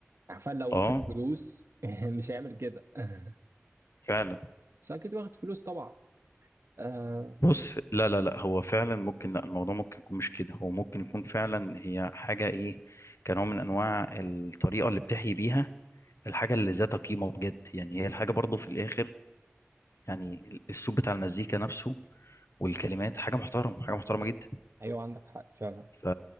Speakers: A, on the right; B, on the left.
A: عارفين لو
B: اه
A: واخد فلوس <laughs> مش هيعمل كده <laughs>
B: فعلا
A: بس أكيد واخد فلوس طبعا آه
B: بص لا لا لا هو فعلا ممكن لا الموضوع ممكن يكون مش كده هو ممكن يكون فعلا هي حاجة ايه كنوع من انواع الطريقة اللي بتحيي بيها الحاجة اللي ذات قيمة بجد يعني هي الحاجة برضو في الاخر يعني الصوت بتاع المزيكا نفسه والكلمات حاجة محترمة حاجة محترمة جدا
A: أيوه عندك حق فعلا
B: ف...